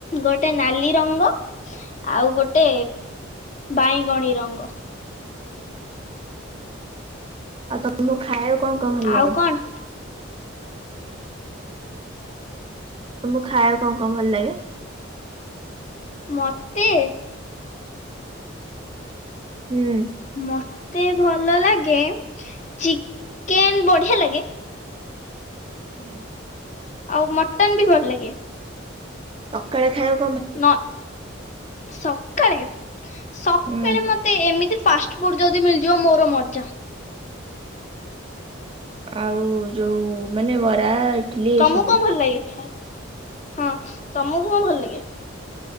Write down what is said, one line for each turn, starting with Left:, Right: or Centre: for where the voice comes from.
Left: ଗୋଟେ ନାଲି ରଙ୍ଗ, ଆଉ ଗୋଟେ ବାଇଗଣୀ ରଙ୍ଗ।
Right: ଆଉ ତମକୁ ଖାଇବାକୁ କଣ କଣ ଭଲ ଲାଗେ?
Left: ଆଉ କଣ
Right: ତମକୁ ଖାଇବାକୁ କଣ କଣ ଭଲ ଲାଗେ?
Left: ମତେ?
Right: ହୁଁ।
Left: ମତେ ଭଲ ଲାଗେ ଚିକେନ୍ ବଢିଆ ଲାଗେ।
Right: ହୁଁ।
Left: ଆଉ ମଟନ୍ ବି ଭଲ ଲାଗେ।
Right: ସକାଳେ ଖାଉବା
Left: ନ ସକାଳେ ସକାଳେ
Right: ହୁଁ।
Left: ମତେ ଏମିତି ଫାଷ୍ଟ୍ ଫୁଡ୍ ଯଦି ମିଳିଯିବ ମୋର ମଜା।
Right: ଆଉ ଯୋଉ ମାନେ ବରା ଇଟିଲି ଏଇ
Left: ତମକୁ
Right: ସବୁ।
Left: କଣ ଭଲ ଲାଗେ ଖାଇଆକୁ? ହଁ ତମକୁ କଣ ଭଲ ଲାଗେ?